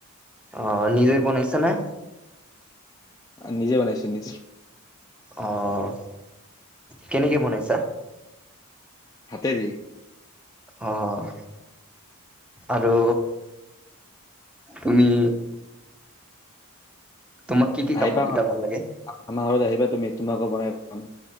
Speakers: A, in the centre; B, on the left.
A: অ' নিজেই বনাইছা না?
B: নিজে বনাইছো নিজে।
A: অঁ কেনেকৈ বনাইছা?
B: হাতে দি।
A: অ' আৰু তুমি তোমাক কি কি
B: আহিবা
A: কাপোৰ কেইটা ভাল লাগে?
B: আমাৰ ঘৰত আহিবা তুমি, তোমাকো বনাই খুৱাম।